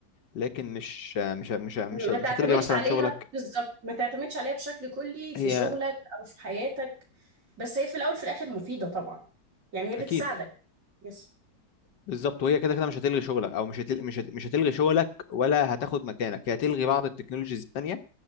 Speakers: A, on the left; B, on the right.
A: لكن مش مش مش مش
B: ما
A: مش
B: تعتمدش
A: هتلغي مثلا
B: عليها
A: شغلك
B: بالظبط ما تعتمدش عليها بشكل كلي في
A: هي
B: شغلك او في حياتك بس هي في الاول في الاخر مفيده طبعا يعني هي بتساعدك
A: اكيد
B: يس
A: بالظبط وهي كده كده مش هتلغي شغلك او مش هتل... مش هت... مش هتلغي شغلك ولا هتاخد مكانك هي هتلغي بعض التكنولوجيز التانية